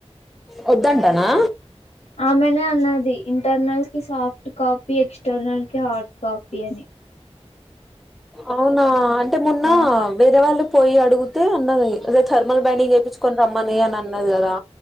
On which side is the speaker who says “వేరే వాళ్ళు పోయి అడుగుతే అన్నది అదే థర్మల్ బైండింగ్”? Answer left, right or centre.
Centre